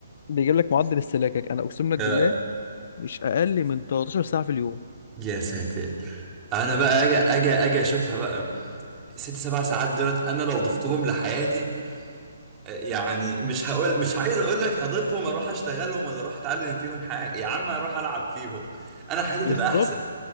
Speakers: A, on the left; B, on the right.
A: بيجيب لك معدل استهلاكك انا اقسم لك
B: يا
A: بالله مش اقل من 13 ساعه في اليوم
B: يا ساتر انا بقى اجي اجي اجي اشوفها بقى ست سبع ساعات دولت انا لو ضفتهم لحياتي آه، يعني مش هقول مش عايز اقول لك هضيفهم اروح اشتغلهم ولا اروح اتعلم فيهم حاجه يا عم اروح العب فيهم انا حياتي
A: بالظبط
B: تبقى احسن